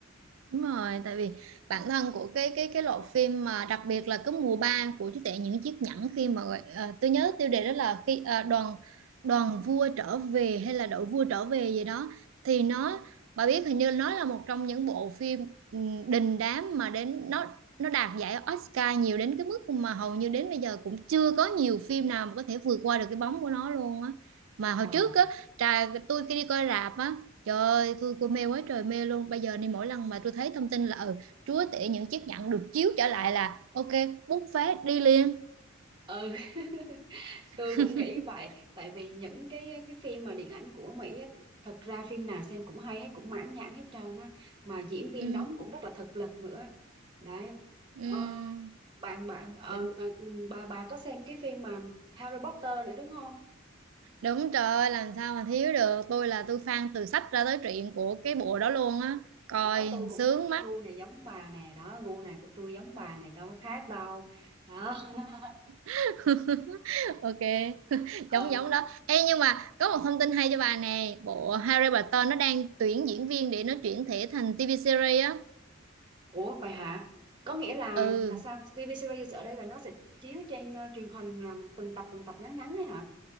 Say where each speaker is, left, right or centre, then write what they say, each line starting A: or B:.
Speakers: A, on the right; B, on the right.
A: Đúng rồi, tại vì bản thân của cái cái cái loại phim mà đặc biệt là cái mùa 3 của chú tể những chiếc nhẫn khi mà gọi- ờ, tôi nhớ tiêu đề đó là khi ờ, đoàn đoàn vua trở về hay là đội vua trở về gì đó thì nó bà biết hình như nó là một trong những bộ phim ừm, đình đám mà đến nó nó đạt giải Oscar nhiều đến cái mức mà hầu như đến bây giờ cũng chưa có nhiều phim nào mà có thể vượt qua được cái bóng của nó luôn á. Mà hồi
B: wow
A: trước á, trà tôi khi đi coi rạp á Trời ơi, tôi cô mê quá trời mê luôn. Bây giờ này mỗi lần mà tôi thấy thông tin là ừ, chúa tể những chiếc nhẫn được chiếu trở lại là ok, bút phát đi liền.
B: ừ <laughs> tôi
A: <laughs>
B: cũng nghĩ vậy tại vì những cái cái phim mà điện ảnh của Mỹ á, thật ra phim nào xem cũng hay hết cũng mãn nhãn hết trơn á mà diễn viên
A: Ừ,
B: đóng cũng rất là thực lực nữa đấy
A: ừ,
B: ờ, bạn bạn ờ,
A: tỉnh.
B: ờ, ừ, bà bà có xem cái phim mà Harry Potter nữa đúng không
A: Đúng trời ơi, làm sao mà thiếu được. Tôi là tôi fan từ sách ra tới truyện của cái bộ đó luôn á. Coi
B: đó tôi cũng
A: sướng
B: có cái
A: mắt.
B: gu này giống bà nè đó gu này của tôi giống bà này đâu khác đâu đó <laughs>
A: <laughs> Ok, <laughs> giống
B: ừ.
A: giống đó. Ê nhưng mà có một thông tin hay cho bà nè, bộ Harry Potter nó đang tuyển diễn viên để nó chuyển thể thành TV series á.
B: ủa vậy hả có nghĩa là
A: Ừ.
B: là sao TV series ở đây là nó sẽ chiếu trên ờ, truyền hình ờ, từng tập từng tập ngắn ngắn đấy hả